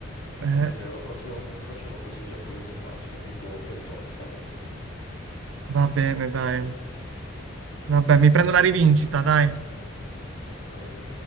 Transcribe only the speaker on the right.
Eh,
va bene, dai. Vabbè, mi prendo la rivincita, dai.